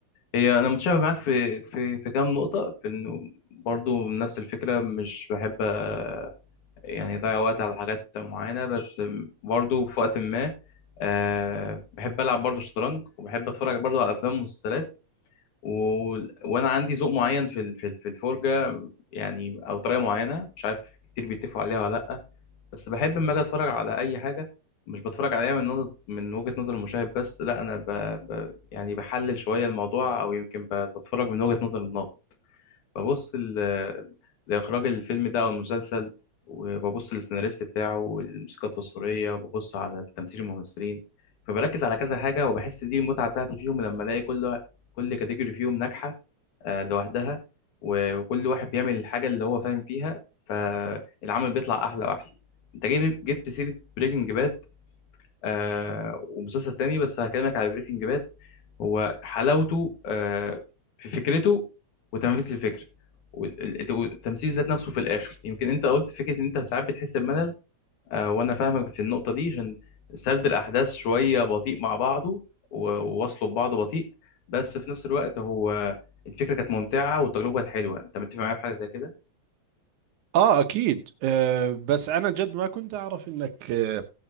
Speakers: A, on the left; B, on the right.
A: هي انا متشابه معاك في في في كام نقطه في انه برضو نفس الفكره مش بحب آه، يعني اضيع وقت على حاجات معينه بس برضو في وقت ما آه، بحب العب برضو شطرنج وبحب اتفرج برضو على افلام ومسلسلات و... وانا عندي ذوق معين في ال- في ال- في الفرجه يعني او طريقه معينه مش عارف كتير بيتفقوا عليها ولا لا بس بحب لما اجي اتفرج على اي حاجه مش بتفرج عليها من نظر من وجهه نظر المشاهد بس لا انا ب... ب... يعني بحلل شويه الموضوع او يمكن ب... بتفرج من وجهه نظر الناقد ببص ل- لإخراج الفيلم ده أو المسلسل وببص للسيناريست بتاعه والموسيقى التصويرية وببص على التمثيل الممثلين فبركز على كذا حاجة وبحس دي المتعة بتاعتي فيهم لما ألاقي كل كل كاتيجوري فيهم ناجحة آه، لوحدها و- وكل واحد بيعمل الحاجة اللي هو فاهم فيها فالعمل بيطلع أحلى وأحلى أنت جيب- جبت سيرة بريكنج باد آه ومسلسل تاني بس هكلمك على بريكنج باد هو حلاوته آه في فكرته وتنفيذ الفكرة وال- والتمثيل ذات نفسه في الآخر يمكن أنت قلت فكرة إن أنت ساعات بتحس بملل آه وأنا فاهمك في النقطة دي عشان سرد الأحداث شوية بطيء مع بعضه و- ووصله ببعضه بطيء بس في نفس الوقت هو الفكرة كانت ممتعة والتجربة كانت حلوة أنت متفق معايا في حاجة زي كده؟
B: اه اكيد آه بس انا جد ما كنت اعرف انك آه